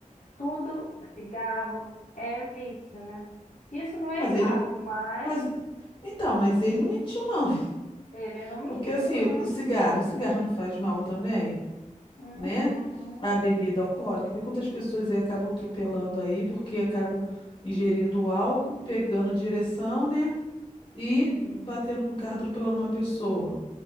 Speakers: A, on the left; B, on the left.
A: Tudo, cigarro, é vício, né? Isso não é
B: Mas
A: errado,
B: ele.
A: mas
B: Mas, então, mas ele não mentiu, não. <laughs>
A: ele não mentiu,
B: Porque, assim,
A: né?
B: o cigarro, o cigarro não faz mal também,
A: Uhum,
B: né? A bebida alcoólica. Vê quantas pessoas aí acabam atropelando aí, porque acabam ingerindo álcool, pegando direção, né? E
A: sim.
B: batendo com o carro, atropelando uma pessoa.